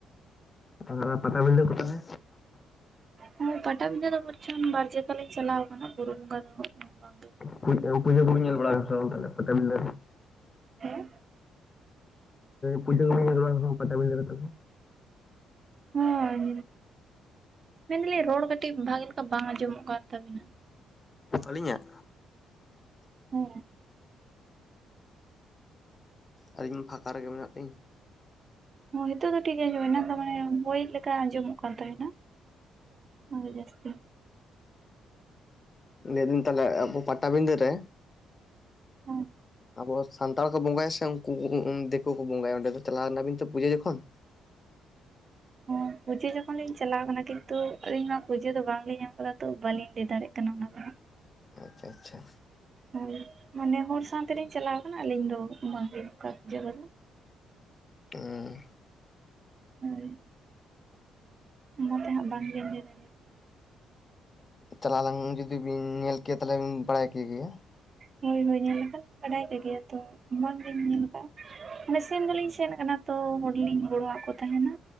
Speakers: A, on the left; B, on the right.
A: ᱟ ᱯᱟᱛᱟ ᱵᱤᱸᱫᱟᱹ ᱠᱚᱯᱮ ᱥᱮ
B: ᱦᱚᱸ ᱯᱟᱴᱟᱵᱤᱸᱫᱟᱹ ᱫᱚ ᱵᱚᱨᱪᱚᱱ ᱵᱟᱨ ᱡᱟᱠᱟᱞᱤᱧ ᱪᱟᱞᱟᱣ ᱠᱟᱱᱟ, ᱵᱩᱨᱩ ᱵᱚᱸᱜᱟ ᱫᱚ ᱵᱟᱝᱜᱮ᱾
A: <unintelligible> ᱠᱚ ᱵᱤᱱ ᱧᱮᱞ ᱵᱟᱲᱟ ᱠᱟᱫᱟ ᱥᱮ ᱵᱟᱝ ᱛᱟᱞᱮ ᱯᱟᱛᱟᱵᱤᱸᱫᱟᱹ
B: ᱦᱮᱸ
A: ᱯᱩᱡᱟᱹ ᱠᱚ ᱯᱟᱛᱟ <unintelligible> ᱵᱤᱰᱟᱹᱨᱮ ᱛᱟᱠᱚ
B: ᱦᱳᱭ ᱢᱮᱱᱫᱟᱞᱤᱧ ᱨᱚᱲ ᱠᱟᱹᱴᱤᱡ ᱵᱷᱟᱜᱤ ᱞᱮᱠᱟ ᱵᱟᱝ ᱟᱸᱡᱚᱢᱚᱜ ᱠᱟᱱ ᱛᱟᱹᱵᱤᱱᱟ᱾
A: ᱟᱹᱞᱤᱧᱟᱜ?
B: ᱦᱮᱸ
A: ᱟᱨ ᱤᱧ ᱯᱷᱟᱸᱠᱟ ᱨᱮᱜᱮ ᱢᱮᱱᱟᱜ ᱛᱤᱧ᱾
B: ᱱᱤᱛᱳᱜ ᱫᱚ ᱴᱷᱤᱠᱜᱮ ᱟᱸᱡᱚᱢᱱᱟ ᱮᱱᱟᱝ ᱫᱚ ᱢᱟᱱᱮ ᱵᱳ ᱞᱮᱠᱟ ᱟᱸᱡᱚᱢᱚᱜ ᱠᱟᱱ ᱛᱟᱦᱮᱱᱟ᱾ ᱦᱚᱭ ᱡᱟᱹᱥᱛᱤ
A: ᱞᱮᱭᱫᱟᱹᱧ ᱛᱟᱦᱟᱞᱮ ᱟᱵᱚ ᱯᱟᱴᱟᱵᱤᱸᱫᱟᱹ ᱨᱮ
B: ᱦᱚᱸ
A: ᱟᱵᱚ ᱥᱟᱱᱛᱟᱲ ᱠᱚ ᱵᱚᱸᱜᱟᱭᱟ ᱥᱮ ᱩᱱᱠᱩ ᱫᱤᱠᱳ ᱠᱚ ᱵᱚᱸᱜᱟᱭᱟ ᱚᱸᱰᱮ ᱫᱚ ᱪᱟᱞᱟᱣ ᱞᱮ ᱱᱟᱵᱤᱱ ᱛᱚ ᱯᱩᱡᱟᱹ ᱡᱚᱠᱷᱚᱱ
B: ᱦᱚᱸ ᱯᱩᱡᱟᱹ ᱡᱚᱠᱷᱚᱱ ᱞᱤᱧ ᱪᱟᱞᱟᱣ ᱟᱠᱟᱱᱟ ᱠᱤᱱᱛᱩ ᱟᱹᱞᱤᱧᱢᱟ ᱯᱩᱡᱟᱹ ᱫᱚ ᱵᱟᱝᱞᱤᱧ ᱮᱢ ᱟᱠᱟᱫᱟ ᱛᱚ ᱵᱟᱞᱤᱧ ᱞᱮᱭ ᱫᱟᱲᱮᱭᱟᱜ ᱠᱟᱱᱟ ᱚᱱᱟ ᱫᱚ ᱦᱟᱸᱜ᱾
A: ᱟᱪᱪᱷᱟ ᱟᱪᱪᱷᱟ᱾
B: ᱟᱨ ᱢᱟᱱᱮ ᱦᱚᱲ ᱥᱟᱶᱛᱮᱞᱤᱧ ᱪᱟᱞᱟᱣ ᱟᱠᱟᱱᱟ ᱟᱹᱞᱤᱧ ᱫᱚ ᱵᱷᱟᱜᱮ ᱚᱱᱠᱟ ᱡᱟᱭᱜᱟ ᱫᱚ
A: ᱩᱸ
B: ᱦᱳᱭ ᱚᱱᱟ ᱛᱮᱦᱟᱸᱜ ᱵᱟᱝᱜᱮ ᱞᱤᱧ
A: ᱪᱟᱞᱟᱣ ᱞᱟᱝ ᱡᱩᱫᱤ ᱵᱤᱱ ᱧᱮᱞ ᱠᱮᱭᱟ ᱛᱟᱦᱟᱞᱮ ᱵᱤᱱ ᱵᱟᱲᱟᱭ ᱠᱮᱜᱮᱭᱟ᱾
B: ᱦᱳᱭ ᱦᱳᱭ ᱧᱮᱞ ᱟᱠᱟᱫ ᱵᱟᱰᱟᱭ ᱜᱮᱭᱟ ᱛᱚ ᱚᱱᱟ ᱜᱤᱧ ᱧᱮᱞ ᱟᱠᱟᱫᱼᱟ᱾ ᱢᱮ ᱥᱮᱱ ᱫᱚᱞᱤᱧ ᱥᱮᱱ ᱟᱠᱟᱱᱟ ᱛᱚ ᱦᱚᱲᱞᱤᱧ ᱜᱚᱲᱚᱣᱟᱜ ᱠᱚ ᱛᱟᱦᱮᱱᱟ᱾